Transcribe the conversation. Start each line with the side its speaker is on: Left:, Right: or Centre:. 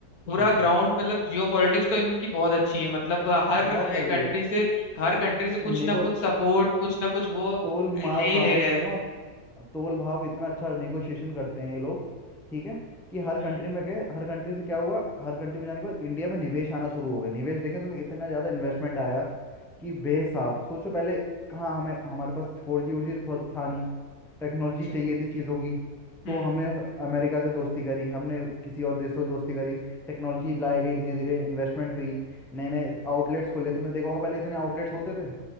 Left: पूरा
Centre: हाँ
Left: ग्राउंड मतलब जियो पॉलिटिक्स तो इनकी बहुत अच्छी है मतलब अ, हर
Centre: बहुत तगड़ी
Left: कंट्री
Centre: है
Left: से हर कंट्री से कुछ
Centre: नेगो
Left: ना कुछ सपोर्ट कुछ ना कुछ वो
Centre: तोल भाव
Left: ले ही
Centre: हाँ
Left: ले
Centre: वही
Left: रहे
Centre: कह
Left: हैं
Centre: रहा हूँ तोल भाव इतना अच्छा नेगोशिएशन करते हैं ये लोग ठीक है कि हर
Left: हम्म
Centre: कंट्री में गए हर कंट्री से क्या हुआ हर कंट्री में जाने के बाद इंडिया में निवेश आना शुरू हो गया निवेश देखें तुम्हें इतना ज़्यादा इन्वेस्टमेंट आया कि बेहिसाब सोचो पहले कहाँ हमें हमारे पास फोर जी वोर जी था था नहीं टेक्नोलॉजी
Left: स-
Centre: चाहिए थी चीज़ों की
Left: हम्म
Centre: तो हमने अमेरिका से दोस्ती करी हमने किसी और देश से दोस्ती करी टेक्नोलॉजी लाई गई धीरे धीरे इन्वेस्टमेंट हुई नए नए आउटलेट्स खोले तुमने देखा होगा पहले इतने आउटलेट्स होते थे